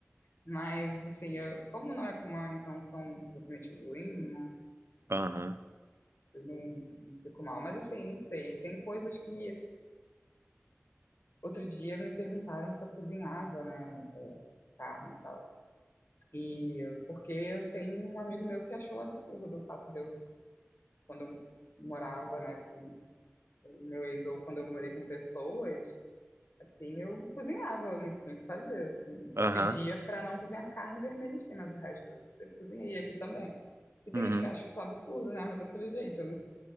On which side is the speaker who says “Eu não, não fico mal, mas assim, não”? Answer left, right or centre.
Left